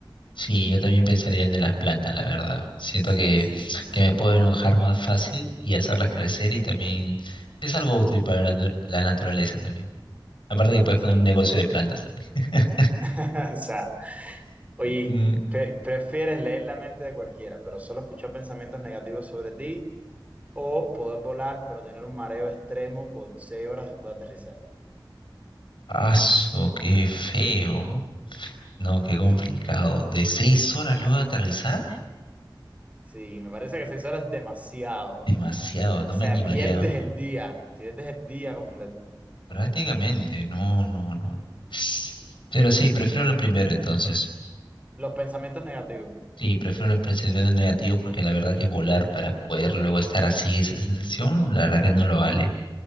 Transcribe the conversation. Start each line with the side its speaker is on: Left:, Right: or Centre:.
Left: Sí, yo también pensaría el de las plantas, la verdad. Siento
Right: Sí,
Left: que,
Right: sí, sí, sí,
Left: que
Right: sí.
Left: me puedo enojar más fácil y hacerlas crecer y también es algo útil para la, natu- la naturaleza también. Aparte que puedes
Right: Sí.
Left: poner un negocio de plantas también. <laughs>
Right: <laughs> O sea, oye,
Left: Mm,
Right: pre- ¿prefieres leer la mente de cualquiera, pero solo escuchar pensamientos negativos sobre ti? ¿O poder volar, pero tener un mareo extremo por seis horas después de aterrizar?
Left: Aso, qué feo. No, qué
Right: Ay,
Left: complicado.
Right: sí.
Left: ¿De seis horas luego de aterrizar?
Right: Sí, me parece que seis horas es demasiado.
Left: Demasiado, no
Right: O sea,
Left: me animaría.
Right: pierdes el día, pierdes el día completo.
Left: Prácticamente, no, no, no. Pero sí, prefiero lo primero entonces.
Right: Los pensamientos negativos.
Left: Sí, prefiero los pensamientos negativos porque la verdad que volar para poder luego estar así, esa sensación, la verdad que no lo vale.